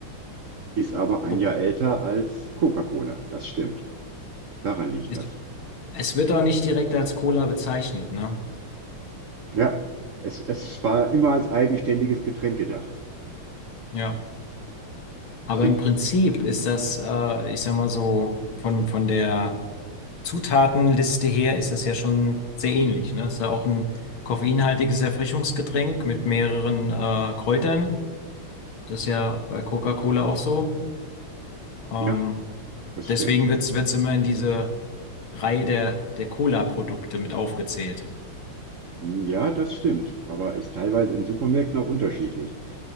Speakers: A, on the right (about 75°); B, on the left (about 70°).
A: ist aber ein
B: Okay.
A: Jahr älter als Coca-Cola. Das stimmt. Daran liegt
B: Es,
A: das.
B: es wird auch nicht direkt als Cola bezeichnet, ne?
A: Ja, es, es war immer als eigenständiges Getränk gedacht.
B: Ja. Aber
A: Trick.
B: im Prinzip ist das, äh, ich sag mal so, von, von der Zutatenliste her ist das ja schon sehr ähnlich, ne? ist ja auch ein koffeinhaltiges Erfrischungsgetränk mit mehreren äh, Kräutern. Das ist ja bei Coca-Cola auch so. Ähm,
A: Ja, das
B: Deswegen
A: stimmt.
B: wird es immer in diese Reihe der, der Cola-Produkte mit aufgezählt.
A: Hm, Ja, das stimmt, aber ist teilweise in Supermärkten auch unterschiedlich.